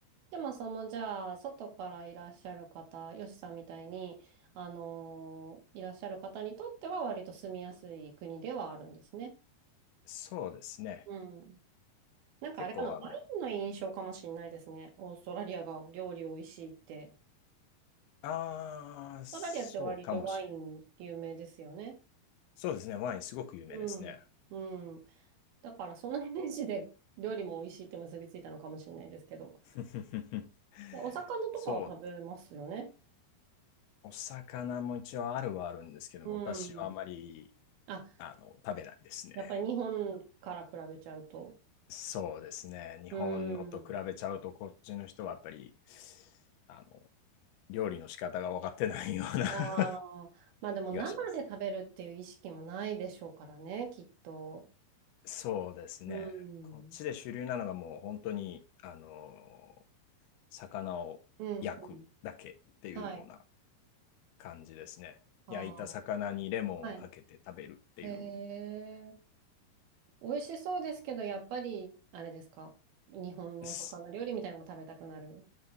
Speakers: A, on the right; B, on the left.
A: でも、その、じゃあ、外からいらっしゃる方、よしさんみたいに、あのーいらっしゃる方にとっては、割と住みやすい国ではあるんですね。
B: そうですね。
A: うん。なんかあれかな、
B: 結構あの、
A: ワインの印象かもしれないですね。オーストラリアが料理美味しいって。
B: あー、そうかもしれない
A: オーストラリアって割とワイン有名ですよね。
B: そうですね。ワインすごく有名ですね。
A: うん。うん。だから、そのイメージで料理も美味しいって結びついたのかもしれないですけど。
B: <laughs>
A: お魚とかを食べますよね。
B: そう、お魚も一応あるはあるんですけども、
A: うん。
B: 私はあまり、
A: あ、
B: あの、食べないですね。
A: やっぱり日本から比べちゃうと。
B: そうですね。日本のと比べちゃうと、
A: うーん。
B: こっちの人はやっぱり、あの、料理の仕方が分かってないような
A: ああ、
B: <laughs>
A: まあでも生で食べるっていう意識もないでしょうからね、
B: 気がします。
A: きっと。
B: そうですね。
A: うん。
B: こっちで主流なのがもう本当に、あの、魚を焼くだけっていうような
A: うん、うん。はい。
B: 感じですね。
A: ああ、
B: 焼いた魚にレモンをかけて食べるっていう。
A: はい。へえ。美味しそうですけど、やっぱり、あれですか。日本のお魚料理みたいなのが食べたくなる。
B: す